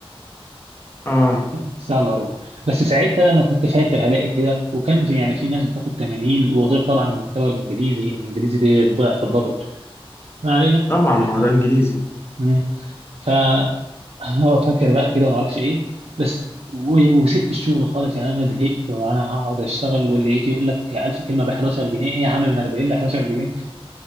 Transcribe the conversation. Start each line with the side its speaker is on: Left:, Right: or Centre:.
Left: اه
Right: ان شاء الله رب بس ساعتها انا كنت فاكر هلاقي كده وكان في يعني في ناس بتاخد 80 وغير طبعا المحتوى الانجليزي الانجليزي دي ضعف الدبل ما علينا
Left: طبعا ما
Right: المهم
Left: هو ده انجليزي
Right: مم. ف هو فاكر بقى كده وما اعرفش ايه بس و- وسبت الشغل خالص يعني انا زهقت وانا هقعد اشتغل واللي يجي يقول لك 1000 كلمه ب 11 جنيه ايه يا عم من 40 ل 11 جنيه